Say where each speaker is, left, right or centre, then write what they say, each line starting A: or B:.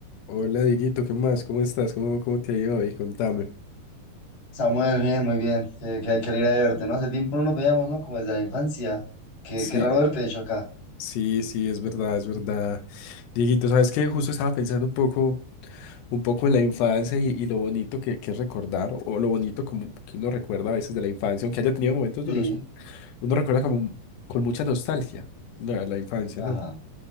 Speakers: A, on the left; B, on the left.
A: Hola Dieguito, ¿qué más? ¿Cómo estás? ¿Cómo, cómo te ha ido hoy? Contame.
B: Samuel, bien, muy bien. Qué, qué, qué alegría de verte, ¿no? Hace tiempo no nos veíamos, ¿no? Como desde la infancia. Qué,
A: Sí,
B: qué raro verte, de hecho, acá.
A: sí, sí, es verdad, es verdad. Dieguito, ¿sabes qué? Justo estaba pensando un poco, un poco en la infancia y, y lo bonito que, que es recordar, o lo bonito como que uno recuerda a veces de la infancia, aunque haya tenido momentos
B: Sí,
A: duros. Uno recuerda como con mucha nostalgia la, la infancia,
B: ajá.
A: ¿no?